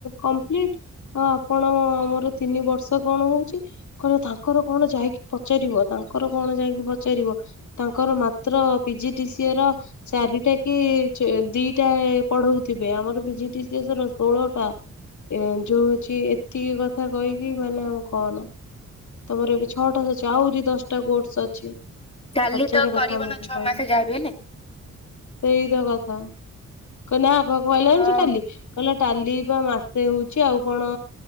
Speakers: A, on the left; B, on the left.
A: କଂପ୍ଲିଟ୍ ଆଉ ଆପଣ ଆମର ତିନି ବର୍ଷ କଣ ହଉଛି କହିଲେ ତାଙ୍କର କଣ ଯାଇକି। ପଚାରିବ ତାଙ୍କର କଣ ଯାଇକି ପଚାରିବ ତାଙ୍କର ମାତ୍ର ପିଜିଡିସିଏ ର ଚା। ଚାରିଟା କି ଦିଟା ପଢଉଥିବେ ଆମର ପିଜିଡିସିଏ ର ଷୋହଳଟା। ଏ ଯଉ ହଉଚି ଏତିକି କଥା କହିକି ମାନେ ଆଉ କହନା। ତମର ଏବେ ଛଅଟା ଅଛି ଆହୁରି ଦଶଟା କୋର୍ସ ଅଛି।
B: କାଲି
A: ହଜାର
B: ତ କରିବ
A: କଥା ଆମକୁ
B: ନା ଛଅ
A: କହିଲେ।
B: ମାସ ଯାହାବି ହେଲେ।
A: ସେଇ ତ କଥା କଇଲା ଆଗକଣ କଇଲା
B: ହଉ
A: ଜାଣିଚୁ ଟାଲି କଇଲା ଟାଲି ବା ମାସେ ହଉଚି ଆଉ କଣ